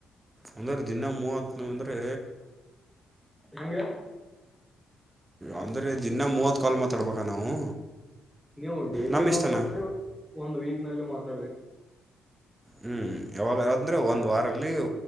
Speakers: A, on the right (about 15°); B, in the centre.
A: ಒಂದ್ರ ದಿನ ಮೂವತ್ ಅಂದ್ರೆ
B: ಹೆಂಗೆ
A: ಅಂದ್ರೆ ದಿನ ಮೂವತ್ ಕಾಲ್ ಮಾತಾಡ್ಬೇಕ ನಾವು
B: ನೀವು ಡೈಲಿ
A: ನಮ್ಮ
B: ಏನಾದ್ರು
A: ಇಷ್ಟನಾ
B: ಮಾತಾಡ್ರಿ ಒಂದ್ ವೀಕ್ ನಲ್ಲಿ ಮಾತಾಡ್ರಿ
A: ಹ್ಮ್ ಯಾವಾಗ ಅಂದ್ರೆ ಒಂದ್ ವಾರಲ್ಲಿ